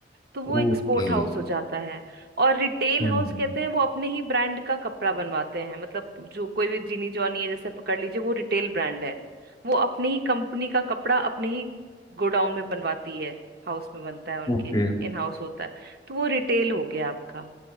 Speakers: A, on the right (about 60°); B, on the left (about 25°).
A: तो वो
B: okay
A: एक्सपोर्ट हाउस हो जाता है और रिटेल
B: हम्म
A: हाउस
B: okay,
A: कहते
B: okay,
A: हैं वो अपने ही ब्रांड का कपड़ा बनवाते हैं मतलब जो कोई भी जीनी जॉनी है जैसे पकड़ लीजिए वो रिटेल ब्रांड है वो अपने ही कंपनी का कपड़ा अपने ही गोडाउन में बनवाती है हाउस में बनता है उनके
B: हम्म,
A: इन हाउस होता है तो वो रिटेल हो गया आपका